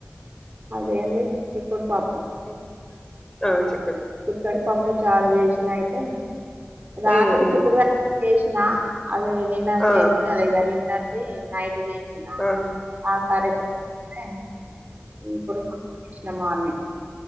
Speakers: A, on the right (about 40°); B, on the left (about 15°).
A: అదేంది చిక్కుడు పప్పు
B: హ్మ్. ఆ చి
A: చిక్కడి పప్పు చారు చేసిన అయితే రాత్రి
B: హ్మ్. హ్మ్.
A: చిక్కుడుసి క్నా అది నిన్నా
B: ఆ!
A: అది నిన్నది నైట్ చేసిన
B: ఆ!
A: ఆ కార్యక్రమం ఇప్పుడు నిన్న మార్నింగ్